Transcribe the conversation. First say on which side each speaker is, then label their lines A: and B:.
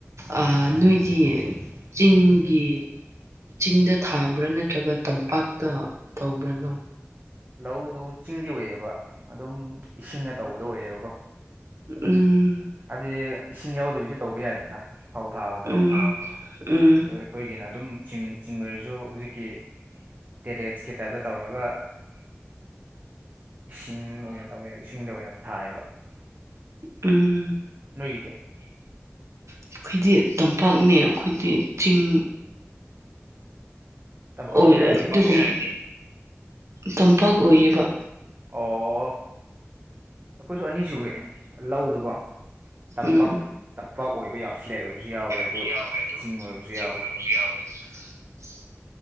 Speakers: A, on the right; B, on the right.
A: ꯑꯥ ꯅꯣꯏꯗꯤ ꯆꯤꯡꯒꯤ ꯆꯤꯡꯗ ꯊꯥꯕ꯭ꯔꯥ ꯅꯠꯇ꯭ꯔꯒ ꯇꯝꯄꯥꯛꯇ ꯇꯧꯕ꯭ꯔꯥꯅꯣ
B: ꯂꯧꯗꯨ ꯆꯤꯡꯒꯤ ꯑꯣꯏꯌꯦꯕ ꯑꯗꯨꯝ ꯏꯁꯤꯡꯅ ꯇꯧꯕꯗ ꯑꯣꯏꯌꯦꯕꯀꯣ
A: ꯎꯝ
B: ꯍꯥꯏꯕꯗꯤ ꯏꯁꯤꯡ ꯌꯥꯎꯗꯕꯤꯗ ꯇꯧꯕ ꯌꯥꯏꯗꯅ ꯐꯧ ꯊꯥꯕꯗꯣ
A: ꯎꯝ ꯎꯝ
B: ꯑꯗꯣ ꯑꯩꯈꯣꯏꯒꯤꯅ ꯑꯗꯨꯝ ꯆꯤꯡ ꯆꯤꯡ ꯑꯣꯏꯔꯁꯨ ꯍꯧꯖꯤꯛꯀꯤ ꯇꯦꯔꯦꯠ ꯀꯦ ꯇꯥꯏꯞꯇ ꯇꯧꯔꯒ ꯏꯁꯤꯡ ꯑꯣꯏꯅ ꯇꯧꯋꯦ ꯏꯁꯤꯡꯗ ꯑꯣꯏꯅ ꯊꯥꯏꯌꯦꯕ
A: ꯎꯝ
B: ꯅꯣꯏꯒꯤꯗꯤ
A: ꯅꯥꯈꯣꯏꯗꯤ ꯇꯝꯄꯥꯛꯅꯦ ꯑꯩꯈꯣꯏꯗꯤ ꯆꯤꯡ
B: ꯇꯝꯄꯥꯛꯅꯦ
A: ꯑꯣꯏ
B: ꯍꯥꯏꯔꯗꯤ
A: <inaudible> ꯇꯝꯄꯥꯛ ꯑꯣꯏꯌꯦꯕ
B: ꯑꯣ ꯑꯩꯈꯣꯏꯁꯨ ꯑꯅꯤꯁꯨꯏꯌꯦ ꯂꯧꯗꯨꯕꯣ ꯇꯝꯄꯥꯛ
A: ꯎꯝ
B: ꯇꯝꯄꯥꯛ ꯑꯣꯏꯕ ꯌꯥꯝ ꯐ꯭ꯂꯦꯠ ꯑꯣꯏꯕꯁꯨ ꯌꯥꯎꯋꯦ ꯑꯗꯨ
A: <inaudible>
B: ꯆꯤꯡ ꯑꯣꯏꯕꯁꯨ ꯌꯥꯎꯋꯦ